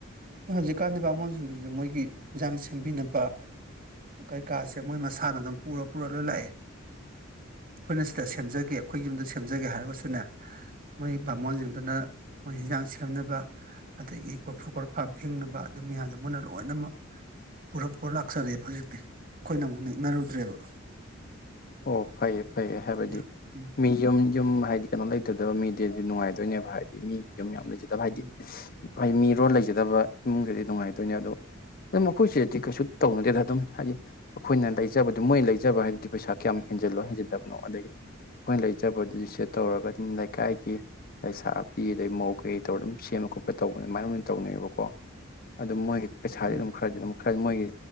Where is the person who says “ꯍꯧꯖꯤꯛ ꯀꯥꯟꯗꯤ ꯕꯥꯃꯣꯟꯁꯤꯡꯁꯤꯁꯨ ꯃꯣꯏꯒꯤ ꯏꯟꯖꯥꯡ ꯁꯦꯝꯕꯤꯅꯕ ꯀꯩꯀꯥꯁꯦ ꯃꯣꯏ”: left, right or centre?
Right